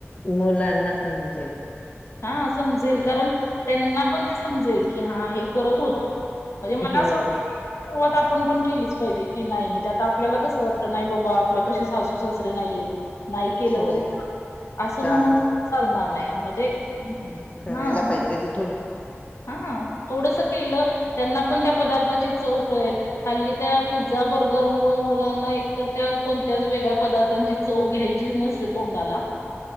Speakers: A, on the left (about 30°); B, on the left (about 80°).
A: मुलांना समजेल.
B: हा समजेल कारण त्यांना पण ते समजेल की हा हे करत होतो. म्हणजे मला
A: हो
B: असं वाटतं सुरुवात आपण पण केलीच पाहिजे की नाही म्हणजे आता आपल्याला कसं वाटतं. नाही बाबा आपल्या पशी सासू सासरे नाहीयेत नाही केलं
A: हो
B: तरी. असं
A: चालत
B: म्हणून चालणार नाही म्हणजे
A: करायला
B: हा.
A: पाहिजे ते थोडं
B: हा थोडस केलं. त्यांना पण त्या पदार्थाची चव कळेल हल्ली त्या पिझझा बर्. मुलांना एक तर त्या कोणत्या वेगळ्या पदार्थांची. चव घ्यायची नसते तोंडाला